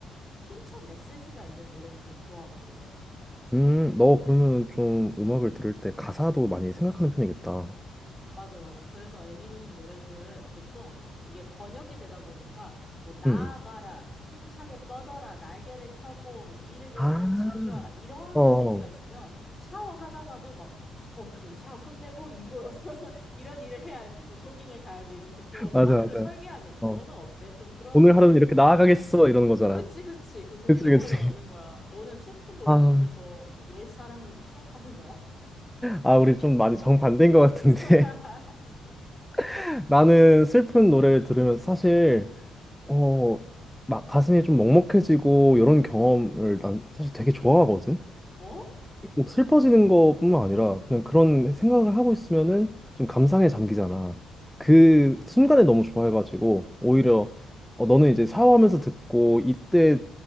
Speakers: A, on the left; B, in the centre.
A: 힘찬 메시지가 있는 노래를 되게 좋아하거든.
B: 음, 너 그러면은 좀 음악을 들을 때 가사도 많이 생각하는 편이겠다.
A: 맞아, 맞아. 그래서 애니메이션 노래들은 보통 이게 번역이 되다 보니까 뭐 나아가라,
B: 응. 응.
A: 힘차게 뻗어라, 날개를 펴고 뭐 미래를
B: 아,
A: 향해 질주하라 이런
B: 어,
A: 메시지가
B: 어.
A: 있으면 샤워하다가도 막 어, 그래, 이 샤워 끝내고 이거 <laughs> 이런 일을 해야지, 뭐 조깅을 가야지 이렇게 좀
B: 맞아,
A: 하루를
B: 맞아.
A: 설계하겠대.
B: 어.
A: 너는 어때? 좀 그런
B: 오늘
A: 슬
B: 하루는 이렇게 나아가겠어, 이러는 거잖아.
A: 그치, 그치. 그 동기부여를
B: 그치, 그치.
A: 얻는 거야. 너는 슬픈 노래
B: 아,
A: 들으면서 뭐 옛사랑을 추억하는 거야?
B: 아, 우리 좀 많이 정반대인 것 같은데.
A: <laughs>
B: <laughs> 나는 슬픈 노래를 들으면 사실, 어, 막 가슴이 좀 먹먹해지고, 이런 경험을 난 사실 되게 좋아하거든.
A: 어?
B: 뭐 슬퍼지는 것뿐만 아니라 그냥 그런 생각을 하고 있으면은 좀 감상에 잠기잖아. 그 순간에 너무 좋아해가지고 오히려 어, 너는 이제 샤워하면서 듣고 이때